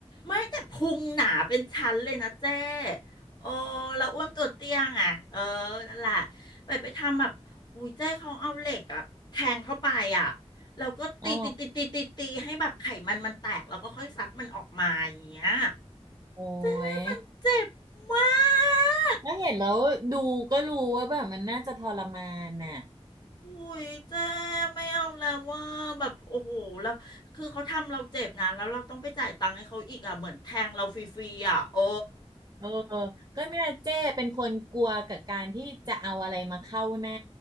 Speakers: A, on the left; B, on the right.
A: ไม่แต่พุงหนาเป็นชั้นเลยนะเจ้โอ้แล้วอ้วนตัวเตี้ยงอ่ะเออนั่นแหละไปไปทำแบบอุ้ยเจ้เขาเอาเหล็กอะแทงเข้าไปอ่ะแล้วก็ตีตีตีตีตีตีให้แบบไขมันมันแตกแล้วก็ค่อยซักมันออกมาอย่างเงี้ย
B: <laughs> อ๋อโอ้
A: เจ๊มันเจ็บมา
B: ย
A: ก
B: แล้วเห็นแล้วดูก็รู้ว่าแบบมันน่าจะทรมานน่ะ
A: โอ้ยเจ๊ไม่เอาแล้วว่าแบบโอ้โหแล้วคือเขาทำเราเจ็บนะแล้วเราต้องไปจ่ายตังค์ให้เขาอีกอ่ะเหมือนแทงเราฟรีๆอ่ะโอ้
B: เออก็เนี่ยเจ้เป็นคนกลัวกับการที่จะเอาอะไรมาเข้าหน้า